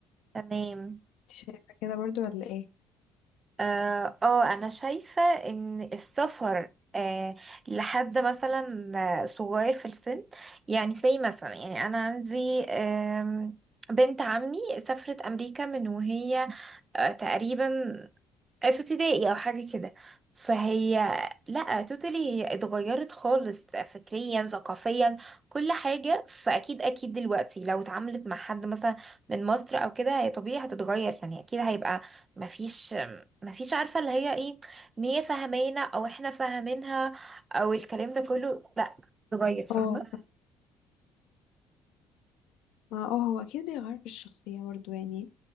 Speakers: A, on the right; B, on the left.
A: تمام
B: شايفه كده برضو ولا ايه
A: اه آه، انا شايفة ان السفر آه لحد مثلا آه، صغير في السن يعني زي مثلا يعني انا عندي آم، بنت عمي سافرت امريكا من وهي آه، تقريبا في ابتدائي او حاجه كده فهي لا توتالي هي اتغيرت خالص فكريا ثقافيا كل حاجه فاكيد اكيد دلوقتي لو اتعاملت مع حد مثلا من مصر او كده هي طبيعي هتتغير يعني اكيد هيبقى مفيش مفيش عارفه اللي هي ايه ان هي فاهمانا او احنا فاهمينها او الكلام ده كله لا اتغير فاهمه
B: اه ما اه هو اكيد بيغير في الشخصية برضو يعني